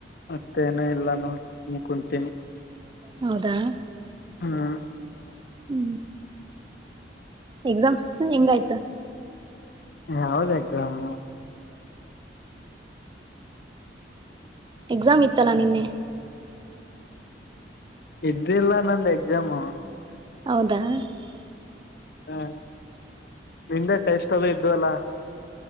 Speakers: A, on the left; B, on the right.
A: ಮತ್ತೇನ ಇಲ್ಲ ನೋಡ್ ಸುಮ್ಮ ಕುಂತೀನಿ. <unintelligible>
B: ಹೌದಾ? <unintelligible>
A: ಹಾ <unintelligible>
B: ಹೂ ಎಕ್ಸಾಮ್ಸ್ ಹೆಂಗ ಆಯ್ತ? <unintelligible>
A: ಯಾವುದ ಎಕ್ಸಾಮ್? <unintelligible>
B: ಎಕ್ಸಾಮ್ ಇತ್ತಲಾ ನಿನ್ನೆ? <unintelligible>
A: ಇದ್ದಿಲ್ಲ ನಂದ ಎಕ್ಸಾಮು. <unintelligible>
B: ಹೌದಾ? <unintelligible>
A: ಹಾ ನಿಂದ ಟೇಸ್ಟ್ ಅದು ಇದ್ದು ಅಲ್ಲ? <unintelligible>